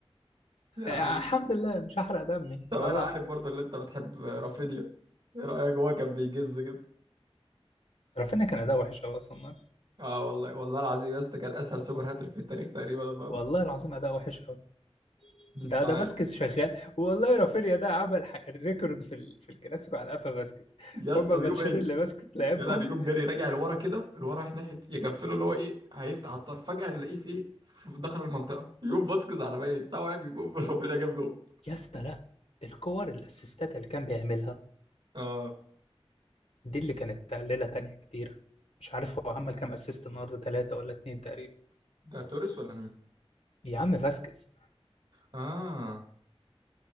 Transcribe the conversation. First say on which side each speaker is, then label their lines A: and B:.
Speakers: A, on the right; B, on the left.
A: يا
B: آه،
A: عم
B: الحمد لله مش هحرق دمي
A: طب
B: خلاص
A: انا عارف برضو اللي انت بتحب رافينيا ايه رايك هو كان بيجز كده
B: رافينيا كان اداء وحش قوي اصلا النهاردة.
A: اه والله والله العظيم يا اسطى كان اسهل سوبر هاتريك في التاريخ تقريبا النهارده
B: والله العظيم اداء وحش قوي
A: مش
B: ده
A: عارف
B: ده فاسكيز شغال والله رافينيا ده عمل ح- ريكورد في ال... في الكلاسيكو على قفا فاسكيز
A: يا اسطى
B: هما الماتشين
A: بيقوم ايه
B: اللي فاسكيز لعبهم
A: يلا بيقوم جري راجع لورا كده لورا رايح ناحيه يغفله اللي هو ايه هيفتح على الطرف فجاه نلاقيه في ايه في دخل المنطقه يقوم فاسكيز على ما يستوعب يكون <laughs> رافينيا جاب جول
B: يا اسطى لا الكور الاسيستات اللي كان بيعملها
A: اه
B: دي اللي كانت ليله تانية كبيره مش عارف هو عمل كام اسيست النهارده ثلاثه ولا اتنين تقريبا
A: ده توريس ولا مين؟
B: يا عم فاسكيز
A: اه